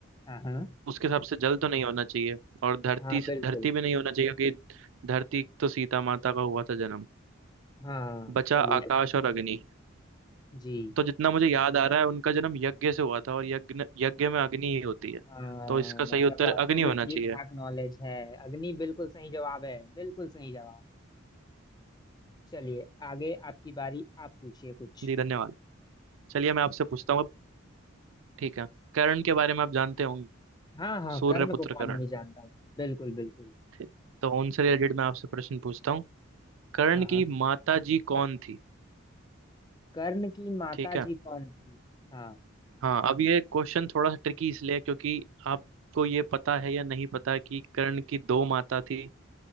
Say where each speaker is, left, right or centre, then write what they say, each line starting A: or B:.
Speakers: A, on the left; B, on the right.
A: हाँ हाँ
B: उसके हिसाब से जल तो नहीं होना चाहिए और धरती
A: हाँ
B: से
A: बिल्कुल
B: धरती भी नहीं होना चाहिए क्योंकि धरती तो सीता माता का हुआ था जन्म
A: हाँ
B: बचा
A: चलिए
B: आकाश और अग्नि
A: जी
B: तो जितना मुझे याद आ रहा है उनका जन्म यज्ञ से हुआ था और यज्ञ यज्ञ में अग्नि ही होती है
A: हाँ
B: तो इसका
A: मतलब
B: सही उत्तर
A: आपको
B: अग्नि
A: भी
B: होना
A: ठीक
B: चाहिए
A: ठाक नॉलेज है अग्नि बिल्कुल सही जवाब है बिल्कुल सही जवाब चलिए आगे आपकी बारी आप पूछिए कुछ
B: जी धन्यवाद चलिए मैं आपसे पूछता हूँ ठीक है करण के बारे में आप जानते होंगे
A: हाँ हाँ
B: सूर्यपुत्र
A: कर्ण को कौन
B: करण
A: नहीं जानता बिल्कुल बिल्कुल
B: ठीक। तो उनसे रिलेटेड मैं आपसे प्रश्न पूछता हूँ करण
A: हाँ हाँ
B: की माता जी कौन थी
A: कर्ण की माता
B: ठीक
A: जी
B: है
A: कौन थी हाँ
B: हाँ अब ये क्वेश्चन थोड़ा सा ट्रिकी इसलिए क्योंकि आपको ये पता है या नहीं पता कि कर्ण की दो माता थी